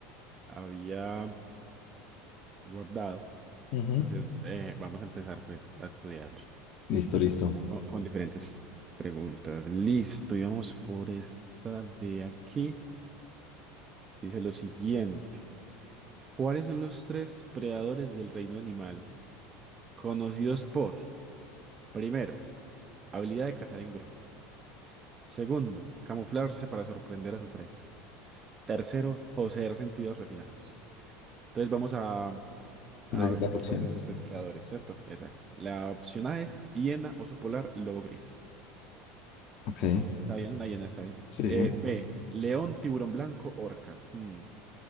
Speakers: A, on the right; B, on the left.
A: había guardado.
B: Ujú.
A: Entonces, eh, vamos a empezar, pues, a estudiar
B: Listo, listo.
A: co- con, diferentes preguntas. Listo, y vamos por esta de aquí. Dice lo siguiente. ¿Cuáles son los tres predadores del reino animal conocidos por, primero, Habilidad de cazar en grupo. Segundo, camuflarse para sorprender a su presa. Tercero, poseer sentidos refinados. Entonces vamos a,
B: Decir
A: a
B: las
A: ver
B: opciones.
A: cuáles son esos tres predadores, ¿cierto? Exacto. La opción A es hiena, oso polar, lobo gris.
B: Ok,
A: Está bien, una hiena está bien.
B: sí,
A: Eh,
B: sí.
A: B, león, tiburón blanco, orca. Hmm.